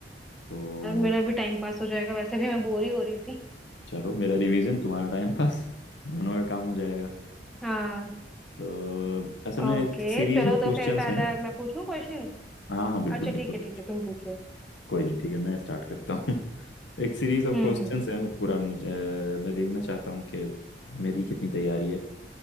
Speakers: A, on the left; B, in the centre.
A: तो
B: यार मेरा भी टाइम पास हो जाएगा वैसे भी मैं बोर ही हो रही थी
A: चलो मेरा रिवीजन तुम्हारा टाइम पास दोनों का काम हो जाएगा
B: हाँ
A: तो असल में
B: ओके
A: एक सीरीज
B: चलो
A: ऑफ क्वेश्चंस
B: तो फिर पहला
A: हैं
B: मैं पूछूं क्वेश्चन
A: हाँ हाँ बिल्कुल
B: अच्छा
A: बिल्कुल
B: ठीक है ठीक
A: कुछ
B: है तुम पूछो
A: कोई नहीं ठीक है मैं स्टार्ट करता हूँ <laughs> एक सीरीज ऑफ
B: हम्म
A: क्वेश्चंस
B: हम्म
A: हैं वो पूरा मुझे मैं देखना चाहता हूँ कि मेरी कितनी तैयारी है